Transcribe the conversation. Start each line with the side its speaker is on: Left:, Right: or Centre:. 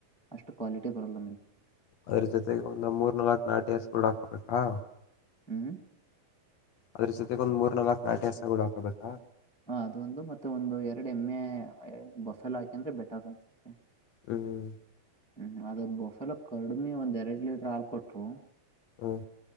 Centre: ಅಷ್ಟು ಕ್ವಾಲಿಟಿ ಬರಲ್ಲ
Left: ಅಂದರ್ ಜೊತೆ ನಮ್ಮೂರಲ್ಲಿ ನಾಕು ನಾಟಿಸಿಕೊಳ್ಳಬೇಕಾ
Centre: ಹ್ಮ್
Left: ಅದ್ರ ಜೊತೆಗೆ ಒ್ಮ ಮೂರ್ ನಲ್ಕುಾ ನಾಟಿ ಹಸುಗಳು ಹಾಕ್ಬೇಕಾ
Centre: ಹ ಅದೊಂದು ಮತ್ತೆ ಒಂದು ಎರಡು ಎಮ್ಮೆ ಬಫೆಲ್ ಹಾಕಿ ಅಂದ್ರೆ ಬೆಟರ್ ಅನ್ಸುತ್ತೆ
Left: ಹ್ಮ್
Centre: ಹ್ಮ್ ಅದ್ ಬೊಫೆಲೊ ಕಡಿಮೆ ಒಂದ್ ಎರಡ್ ಲೀಟರ್ ಹಾಲ್ ಕೊಟ್ರು.
Left: ಹ್ಮ್